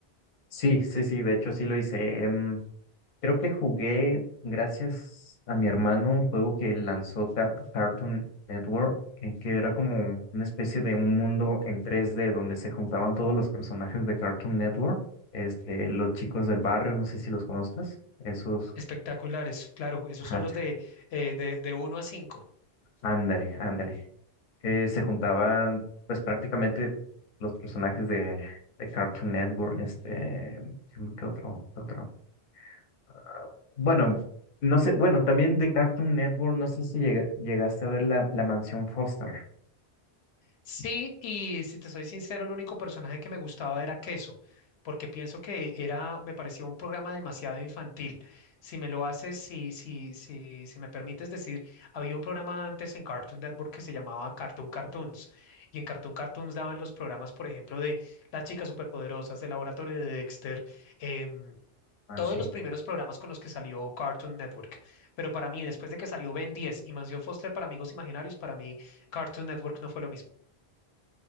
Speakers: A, on the left (about 50°); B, on the left (about 85°).
A: Sí, sí, sí, de hecho sí lo hice. em, Creo que jugué, gracias a mi hermano, un juego que lanzó Ca- Cartoon Network, eh, que era como una especie de un mundo en tres d donde se juntaban todos los personajes de Cartoon Network, este, los chicos del barrio, no sé si los conozcas, esos,
B: Espectaculares, claro, esos
A: ajá,
B: son los de, eh, de, de uno a 5.
A: ándale, ándale. Eh, se juntaban, pues prácticamente los personajes de, de Cartoon Network, este, ¿qué otro, qué otro? Ah, Bueno, no sé, bueno, también de Cartoon Network, no sé si llega- llegaste a ver la, la mansión Foster.
B: Sí, y si te soy sincero, el único personaje que me gustaba era Queso, porque pienso que era, me parecía un programa demasiado infantil. Si me lo haces, si, si, si, si me permites decir, había un programa antes en Cartoon Network que se llamaba Cartoon Cartoons, y en Cartoon Cartoons daban los programas, por ejemplo, de Las Chicas Superpoderosas, del Laboratorio de Dexter, em,
A: Ah,
B: todos
A: sí,
B: los primeros programas con los que salió Cartoon Network. Pero para mí, después de que salió Ben 10 y Mansión Foster para Amigos Imaginarios, para mí Cartoon Network no fue lo mismo.